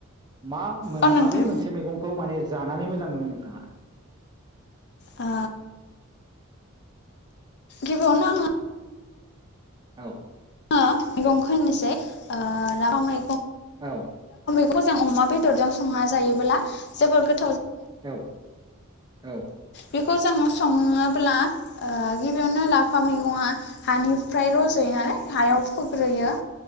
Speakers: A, on the right; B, on the left.
A: मा
B: औ नोंथां
A: माबे मोनसे मैगं खौ माने जानानै मोजां मोनो नोंथाङा?
B: ओ गिबियावनो आंङो
A: औ
B: मैगंखौ होननोसै ओ लांफा मै
A: औ
B: खौ जों अमा बेदरजों संना जायोबोब्ला जोबोर गोथ
A: औ औ
B: बेखौ जों सङोब्ला गिबियावनो लाफा मैगंआ हानिफ्राय रज'यो नालाय हायाव फोग्रोयो।